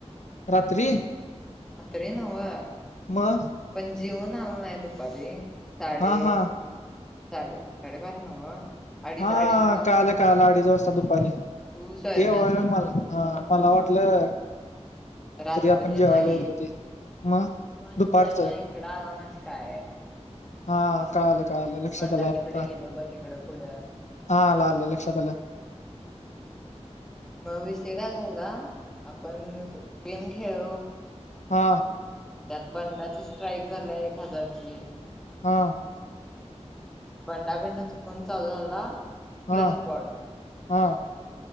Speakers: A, on the left (about 85°); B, in the centre.
A: रात्री.
B: ते नव्ह.
A: मग
B: जेवन आलं नाय दुपारी. साडे
A: हा हा
B: साडे साडेबारा नव्ह. अडीच
A: हा
B: अडीचला
A: काल काल अडीच वाजता दुपारी.
B: तू सौम्या
A: ते व मला हा मला वाटलं
B: रात्री
A: आपण जेवायला
B: नाही
A: गेलतो
B: तू
A: ते मग
B: आणि
A: दुपारचं
B: सैम्या इकड आला नाहीस काय
A: हा कळालं
B: आणि
A: कळालं
B: मी आणि
A: लक्षात
B: बंडा
A: आलं आत्ता
B: तिकडे गेलो ग तिकड पुढं.
A: हा आलं आलं लक्षात आलं.
B: मग विषय काय झाला? पण गेम खेळो.
A: हा.
B: त्यात बंडाची स्ट्राईक झाली एक हजारची.
A: हा.
B: आणि बंडा कडून चुकून चालू झाला.
A: हा
B: क्लाश पाॉड.
A: हा.